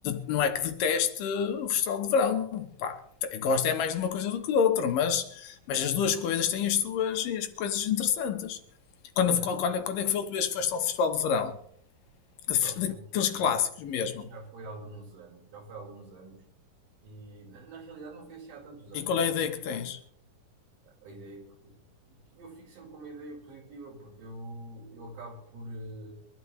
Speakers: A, on the left (about 75°); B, on the right (about 85°).
A: não, é que deteste o festival de verão. Pá, te- gosta é mais de uma coisa do que de outra, mas, mas as duas coisas têm as suas as coisas interessantes.
B: sim,
A: Quando,
B: é
A: quando, quando é que foi a última vez que foste a um festival de verão? Da-
B: festival, bom,
A: Daqueles clássicos
B: já,
A: mesmo.
B: já foi há alguns anos, já foi há alguns anos. E na, na realidade não foi assim há tantos anos,
A: E qual é a ideia que tens?
B: a ideia que eu fico sempre com uma ideia positiva porque eu, eu acabo por, eh,